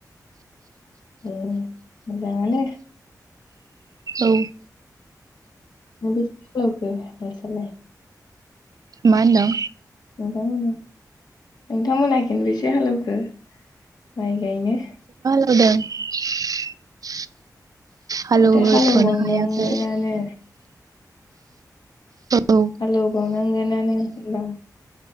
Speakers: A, on the left; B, on the right.
A: दे मोजांआनो।
B: औ।
A: <unintelligible>
B: मा होनदों?
A: नोंथांमोना नोंथांमोना खेनबैसे हालौखो? माइ गायनो।
B: <unintelligible> हालौहोथ'नो
A: माथो हालौबावनांगोनानो।
B: हायाखै औ
A: हालौ बावनांगोनानो। <inaudible>